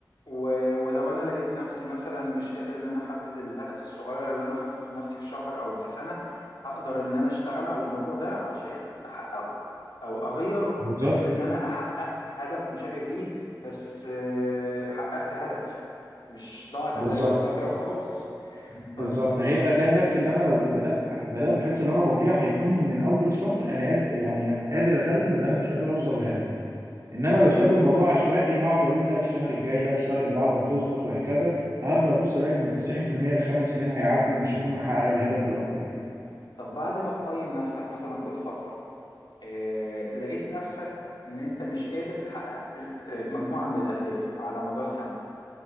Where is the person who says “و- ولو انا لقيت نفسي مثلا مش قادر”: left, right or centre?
Left